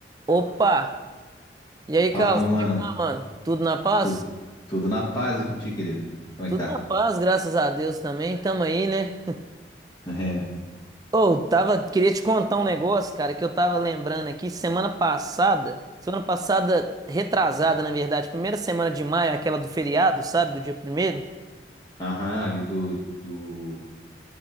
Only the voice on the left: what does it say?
Fala,
meu
mano.
Tu- tudo na paz e contigo, querida Como é
que tá?
<laughs> É.
Aham, ali do, do